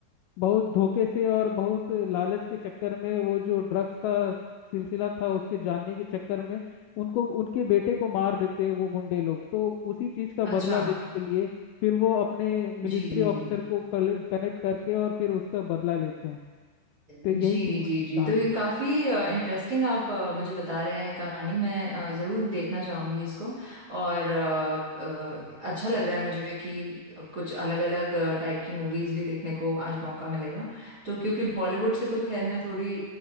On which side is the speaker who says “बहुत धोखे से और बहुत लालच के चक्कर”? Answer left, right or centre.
Left